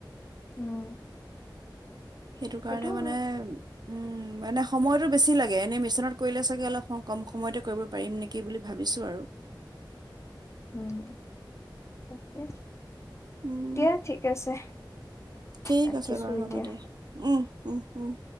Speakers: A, on the left; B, on the right.
A: উম,
B: সেইটো
A: সেইটোও
B: কাৰণে মানে
A: হয়,
B: উম। মানে সময়টো বেছি লাগে এনেই মেচিনত কৰিলে চাগে অলপ কম সময়তে কৰিব পাৰিম নেকি বুলি ভাবিছোঁ আৰু।
A: উম তাকে।
B: উম
A: দিয়া ঠিক আছে।
B: ঠিক
A: ৰাখিছোঁ
B: আছে বাৰু
A: এতিয়া,
B: হ'ব দিয়া উম- উম- উম।